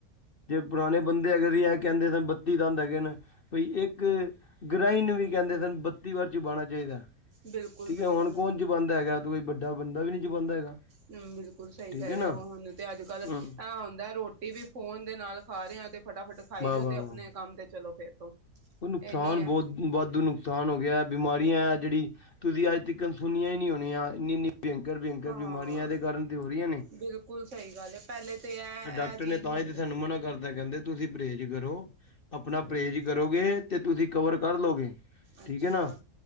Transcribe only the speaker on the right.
ਬਿਲਕੁਲ
ਬਿਲਕੁਲ
ਹੂ ਬਿਲਕੁਲ ਸਹੀ
ਕਹਿ
ਰਹੇ
ਹੋ ਹੁਣ ਤੇ ਅੱਜ- ਕੱਲ੍ਹ
ਇਹ ਹੁੰਦਾ ਰੋਟੀ ਵੀ ਫੋਨ ਦੇ ਨਾਲ ਖਾ ਰਿਹਾ ਤੇ ਫਟਾਫਟ ਖਾਈ
ਜੋ
ਤੇ ਆਪਣੇ
ਕੰਮ ਤੇ ਚਲੋ ਫਿਰ ਤੋਂ
ਇਹੀ ਆ।
ਹਾਂ
ਬਿਲਕੁਲ ਸਹੀ ਗੱਲ ਹੈ ਪਹਿਲੇ ਤੇ ਇਹ
ਇਹ ਚੀਜ਼
ਹੁੰਦੀ
ਹਾਂਜੀ
ਅੱਛਾ